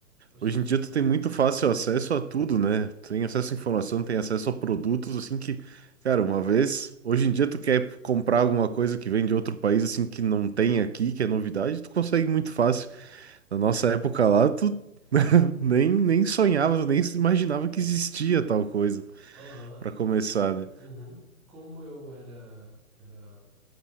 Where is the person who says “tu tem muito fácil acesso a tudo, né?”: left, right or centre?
Right